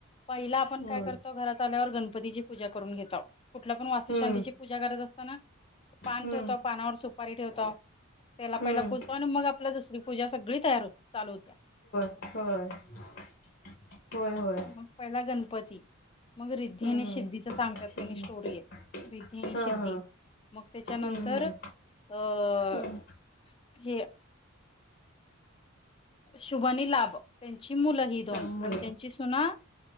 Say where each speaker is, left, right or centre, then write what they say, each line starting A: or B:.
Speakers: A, on the left; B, on the left.
A: पहिला आपण
B: होय
A: काय करतो घरात आल्यावर गणपतीची पूजा करून घेताव. कुठलं पण वास्तुशांतीची
B: हम्म
A: पूजा करत असताना, पान
B: हम्म
A: ठेवताव पानावर सुपारी ठेवताव त्याला
B: हम्म
A: पहिला पूजतो आणि मग आपल्या दुसरी पूजा सगळी तयार हो चालू होत्या.
B: होय होय होय.
A: मग पहिला गणपती. मग रिद्धी
B: हम्म
A: आणि सिद्धीचा सांगतात
B: ठीक
A: त्याने स्टोरी आहे. रिद्धी आणि
B: हा
A: सिद्धी.
B: हा
A: मग त्याच्यानंतर
B: हम्म हम्म
A: अ
B: हम्म
A: हे. शुभ आणि लाभ त्यांची मुलं ही दोन
B: चांगलं.
A: आणि त्यांची सुना